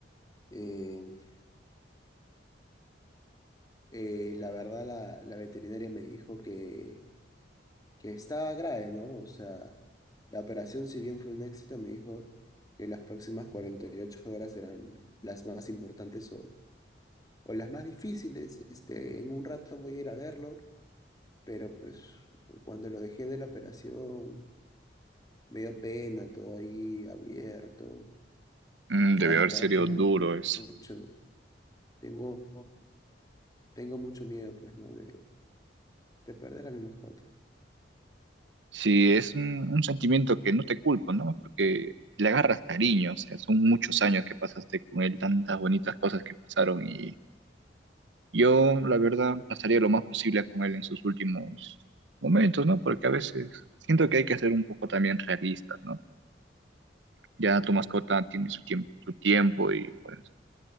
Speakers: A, on the left (about 20°); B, on the right (about 80°).
A: eh, eh, la verdad la, la veterinaria me dijo que, que estaba grave, ¿no? O sea, la operación, si bien fue un éxito, me dijo que las próximas 48 horas eran las más importantes o, o las más difíciles. Este, en un rato voy a ir a verlo, pero pues cuando lo dejé de la operación, me dio pena, todo ahí abierto.
B: Mm,
A: Y
B: debe
A: la verdad
B: haber sido
A: tengo
B: duro
A: mu-
B: eso.
A: mucho. Tengo, tengo mucho miedo, pues, ¿no? De, de perder a mi mascota.
B: Sí, es un, un sentimiento que no te culpo, ¿no? Porque le agarras cariño, o sea, son muchos años que pasaste con él, tantas bonitas cosas que pasaron y Yo, la verdad, pasaría lo más posible con él en sus últimos momentos, ¿no? Porque a veces siento que hay que ser un poco también realistas, ¿no? Ya tu mascota tiene su tiempo, su tiempo y pues